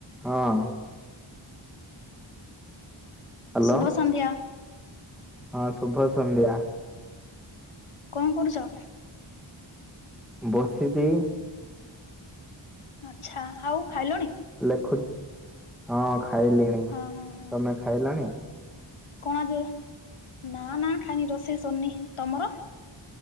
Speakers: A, in the centre; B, on the left.
A: ହଁ ଅ ହ୍ୟାଲୋ
B: ଶୁଭ ସନ୍ଧ୍ୟା।
A: ହଁ ଶୁଭ ସନ୍ଧ୍ୟା।
B: କଣ କରୁଛ?
A: ବସିଦି।
B: ଆଚ୍ଛା ଆଉ ଖାଇଲୁଣି।
A: ଲେଖୁ ହଁ ଖାଇଲିଣି
B: ହଁ ହଁ ହଁ
A: ତମେ ଖାଇଲଣି।
B: କଣ ଆଜି ନା ନା ଖାଇନି ରୋଷେଇ ସରିନି ତମର।